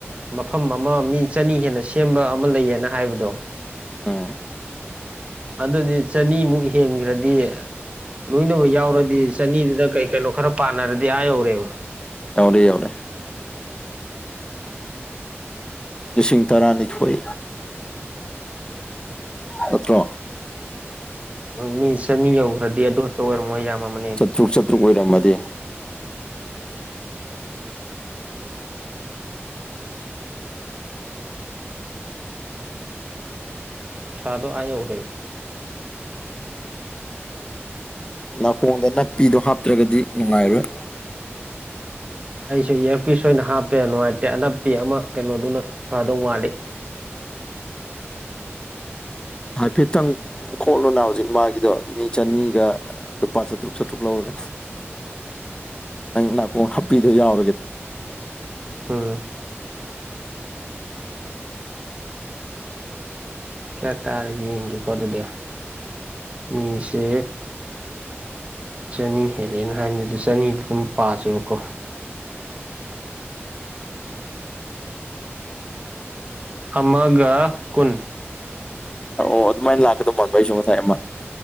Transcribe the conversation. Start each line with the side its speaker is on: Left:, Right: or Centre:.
Right: ꯃꯐꯝ ꯑꯃ ꯃꯤ ꯆꯅꯤ ꯍꯦꯟꯅ ꯁꯦꯝꯕ ꯑꯃ ꯂꯩꯌꯦꯅ ꯍꯥꯏꯕꯗꯣ
Left: ꯎꯝ
Right: ꯑꯗꯨꯗꯤ ꯆꯅꯤꯃꯨꯛ ꯍꯦꯟꯈ꯭ꯔꯗꯤ ꯂꯣꯏꯅꯃꯛ ꯌꯥꯎꯔꯗꯤ ꯆꯅꯤꯗꯨꯗ ꯀꯩ ꯀꯩꯅꯣ ꯈꯔ ꯄꯥꯟꯅꯔꯗꯤ ꯑꯥ ꯌꯧꯔꯦꯕ
Left: ꯌꯥꯧꯔꯦ ꯌꯥꯧꯔꯦ ꯂꯤꯁꯤꯡ ꯇꯔꯥꯅꯤꯊꯣꯏ ꯑꯗꯨꯠꯇꯣ
Right: ꯎꯝ ꯃꯤ ꯆꯅꯤ ꯌꯧꯈ꯭ꯔꯗꯤ ꯑꯗꯨ ꯈꯛꯇ ꯑꯣꯏꯔꯝꯃꯣꯏ ꯌꯥꯝꯃꯅꯦ
Left: ꯇꯔꯨꯛ ꯆꯥꯇ꯭ꯔꯨꯛ ꯑꯣꯏꯔꯝꯃꯗꯤ
Right: ꯁꯥꯥꯗꯣ ꯑꯌꯦ ꯑꯣꯏꯔꯦ
Left: ꯅꯥꯀꯣꯡꯗ ꯅꯥꯄꯤꯗꯣ ꯍꯥꯞꯇ꯭ꯔꯒꯗꯤ ꯅꯨꯡꯉꯥꯏꯔꯣꯏ
Right: ꯑꯩꯁꯨ ꯏꯌꯥꯔꯄꯤꯤꯁ ꯑꯣꯏꯅ ꯍꯥꯞꯄꯦ ꯅꯨꯡꯉꯥꯏꯇꯦ ꯑꯅꯛꯞꯄꯤ ꯑꯃ ꯀꯩꯅꯣꯗꯨꯅꯐꯗꯧ ꯃꯥꯜꯂꯤ
Left: ꯍꯥꯏꯐꯦꯠꯇꯪ ꯈꯣꯠꯂꯨꯅ ꯍꯧꯖꯤꯛ ꯃꯥꯒꯤꯗꯣ ꯃꯤ ꯆꯅꯤꯒ ꯂꯨꯄꯥ ꯆꯥꯇ꯭ꯔꯨꯛ ꯆꯥꯇ꯭ꯔꯨꯛ ꯂꯧꯔꯒ ꯅꯪ ꯅꯥꯀꯣꯡ ꯍꯥꯞꯄꯤꯗꯨꯣ ꯌꯥꯎꯔꯒꯗꯤ
Right: ꯎꯝ ꯀꯌꯥ ꯇꯥꯔꯒꯦ ꯌꯦꯡꯒꯦꯀꯣ ꯑꯗꯨꯗꯤ ꯃꯤꯁꯦ ꯆꯅꯤ ꯍꯦꯜꯂꯦꯅ ꯍꯥꯏꯕꯅꯤ ꯑꯗꯨ ꯆꯅꯤꯗ ꯑꯗꯨꯝ ꯄꯥꯁꯦꯕꯀꯣ ꯑꯃꯒ ꯀꯨꯟ
Left: ꯑꯣ ꯑꯣ ꯑꯗꯨꯃꯥꯏꯅ ꯂꯥꯛꯀꯗꯧ ꯃꯕ ꯑꯩꯁꯨ ꯉꯁꯥꯏ ꯑꯃ